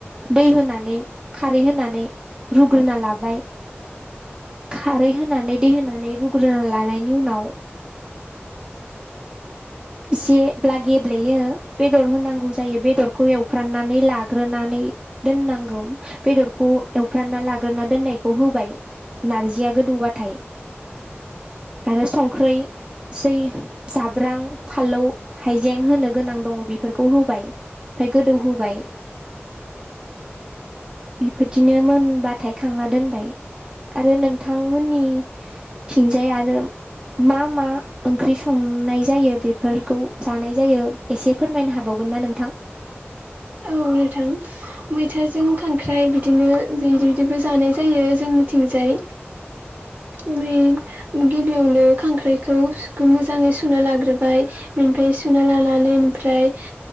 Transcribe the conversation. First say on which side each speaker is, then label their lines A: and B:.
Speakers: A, on the right (about 25°); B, on the right (about 45°).
A: दै होनानै खारै होनानै रुग्रोना लाबाय खारै होनानै दै होनानै रुग्रोना लानायनि उनाव एसेब्ला गेब्लेयो बेदर होनांगौ जायो बेदरखौ एवफ्राननानै लाग लाग्रोनानै दोननांगौ बेदरखौ एवफ्रानना लाग्रोना दोननायखौ होबाय नारजिआ गोदौबाथाय आरो संख्रैसै जाब्रां फानलौ हाइजें होनो गोनां दङ बेफोरखौ होबाय ओमफ्राय गोदौ होबाय बेफोरदिनो मोनबाथाय खांना दोनबाय आरो नोंथांमोननि थिंजाय आरो मा मा ओंख्रि संनाय जायो बे फोरफोरखौ जानाय जायो एसे फोरमायनो हाबावगोन ना नोंथां
B: औ नोंथां मैथाजों खांख्राइ बिदिनो बि बिदिबो जानाय जायो जों निथिंजाय ओमफ्राय गिबियावनो खांख्राइखौ मोजाङै सुना लाग्रोबाय मफ्राय सुना लानानै ओमफ्राय